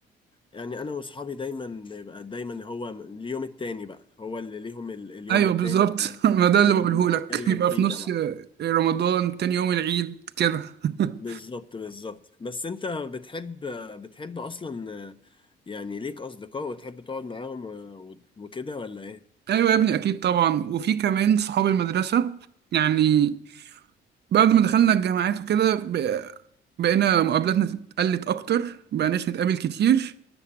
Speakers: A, on the left; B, on the right.
A: يعني أنا وأصحابي دايما بيبقى دايما هو اليوم التاني بقى هو اللي ليهم ال- اليوم
B: ايوه
A: التاني
B: بالظبط <laughs> ما ده
A: اللي
B: اللي بقوله
A: إحنا بنتكلم
B: لك يبقى
A: فيه
B: في نص
A: ده بقى
B: رمضان تاني يوم العيد كده <laughs>
A: بالظبط بالظبط بس أنت بتحب بتحب أصلا يعني ليك أصدقاء وتحب تقعد معاهم و- و- وكده ولا إيه؟
B: ايوه يا ابني اكيد طبعا وفي كمان صحاب المدرسه يعني بعد ما دخلنا الجامعات وكده ب- بقينا مقابلاتنا اتقلت أكتر مبقناش نتقابل كتير